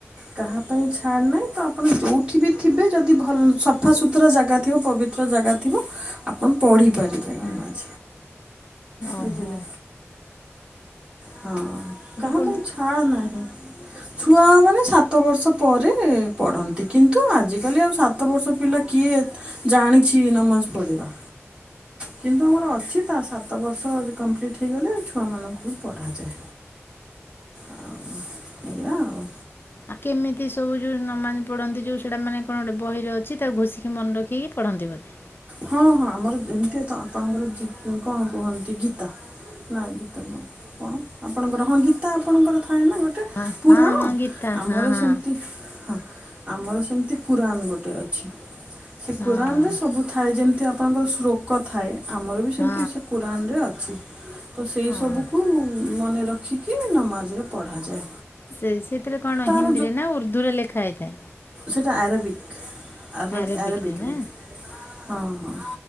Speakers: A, on the right; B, on the left.
A: କାହା ପାଇଁ ଛାଡ଼ ନାହିଁ ତ ଆପଣ ଯୋଉଠି ବି ଥିବେ ଯଦି ଭଲ ସଫାସୁତୁରା ଜାଗା ଥିବ, ପବି ତ୍ର ଜାଗା ଥିବ ଆପଣ ପଢ଼ିପାରିବେ।
B: ହଁ,
A: ନମାଜ
B: ଓ
A: ବୁଝିଲେ।
B: ହୋ।
A: ହଁ କାହା
B: ପଢ଼ନ୍ତି
A: ପାଇଁ ଛାଡ଼ ନାହିଁ। ଛୁଆ ମାନେ ସାତ ବର୍ଷ ପରେ ପଢନ୍ତି, କିନ୍ତୁ ଆଜିିକାଲି ଆଉ ସା ତ ବର୍ଷ ପିଲା କିଏ ଜାଣିଛି ନମାଜ ପଢ଼ିବା। କିନ୍ତୁ ଆମର ଅଛି ତା ସାତ ବର୍ଷ ଯେ କମ୍ପ୍ଲିଟ୍ ହେଇଗଲେ ଛୁଆମାନଙ୍କୁ ବି ପଢ଼ାଯାଏ। ଆଉ ଏଇଆ ଆଉ।
B: ଆ, କେମିତି ସବୁ ଯୋଉ ନମାଜ ପଢନ୍ତି ଯୋଉ ସେଇଟା ମାନେ କଣ ଗୋଟେ ବହିର ଅଛି ତାକୁ ଘୋଷିକି ମନେ ରଖିକି ପଢ଼ନ୍ତି ବୋଧେ?
A: ହଁ, ହଁ ଆମର ଯେମିତି ତ ଆପଣଙ୍କର ଜି-ଉଁ, କଣ କୁହନ୍ତି ଗୀତା ନା ଗୀତ ନୁହଁ, କଣ ଆପଣଙ୍କର ହଁ ଗୀତା ଆପଣଙ୍କର ଥାଏ ନା ଗୋଟେ?
B: ହଁ
A: ପୁରାଣ
B: ହଁ ହଁ ଗୀତା
A: ଆମର
B: ହଁ ହଁ
A: ସେମିତି ହଁ ଆମର ସେମିତି କୁରାନ୍ ଗୋଟେ ଅଛି, ସେ
B: ହଁ
A: କୁରାନ୍ ରେ ସବୁ ଥାଏ ଯେମିତି ଆପଣଙ୍କର ଶ୍ରୋକ ଥାଏ, ଆମର ବି ସେମିତି
B: ହଁ
A: ସେ କୁରାନ୍ ରେ ଅଛି। ତ ସେଇ
B: ହଁ
A: ସବୁକୁ ମନେ ରଖିକି ନମାଜରେ ପଢ଼ାଯାଏ।
B: ସେ ସେଥିରେ କଣ
A: ତାର
B: ହିନ୍ଦୀ ରେ ନା ଉର୍ଦ୍ଧୁ ରେ ଲେଖା ହେଇଥାଏ?
A: ସେଟା ଆରବିକ୍ ଆର
B: ଆରବିକରେ
A: ଆରବିକ୍
B: ନା
A: ରେ ହଁ, ହଁ।